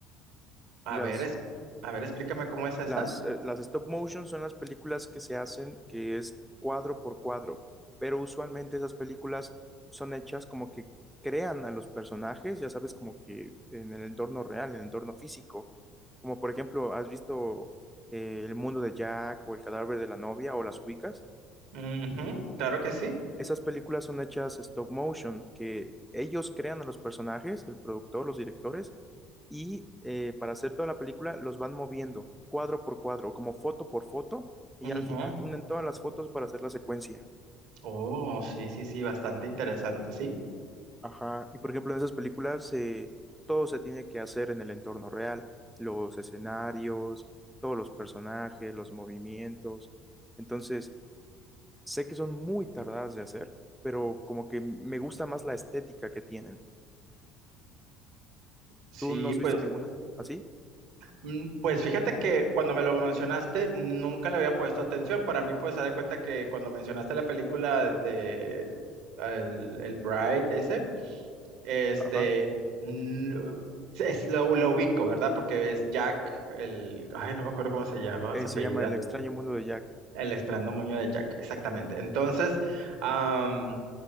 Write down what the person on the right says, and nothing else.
A
ver, es, a ver, explícame cómo es esa.
Ujú, claro que sí.
Ujú.
Oh, sí, sí, sí, bastante interesante, sí.
Sí,
pues,
mm, pues fíjate que cuando me lo mencionaste nunca le había puesto atención. Para mí, pues, haz de cuenta que cuando mencionaste la película de el, el Bride ese, Este,
no- es- lo, lo ubico, ¿verdad? Porque es Jack, el, ay, no me acuerdo cómo se llama,
se
apellida,
el extraño moño de Jack, exactamente. Entonces, am,